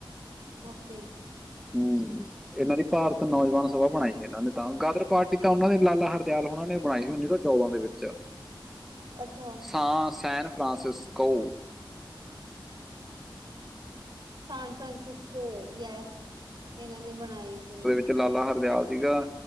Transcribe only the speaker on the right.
ਓਕੇ।
ਅੱਛਾ।
ਸਾਨ ਸੰਗ ਸਿਸਕੋ ਯੈਸ ਇਨਾਂ ਨੇ ਬਣਾਈ ਸੀ।